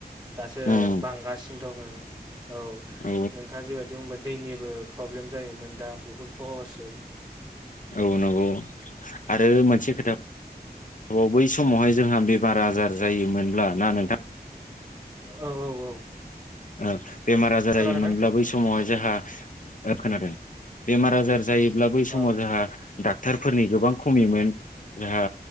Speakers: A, on the right (about 25°); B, on the left (about 50°).
A: दासो
B: उम
A: बांगासिनो दङो। औ
B: औ
A: नोंथाङा जिबायदि बुंबाय दैनिबो प्रब्लेम जायोमोन दा बुहुद खहससै
B: औ नंगौ आरो मोनसे खोथा बाव बै समावहाय जोंहा बेमार आजार जायोमोनब्ला ना नोंथां
A: औ औ औ
B: ओ बेमार आजार
A: खोनादोंना
B: जायोमोनब्ला
A: नोंथां
B: बै समावहाय
A: औ
B: जोहा ओ खोनादों बेमार आजार जायोब्ला बै समाव
A: औ
B: जोंहा डा क्टारफोरनि गोबां खमिमोन जोंहा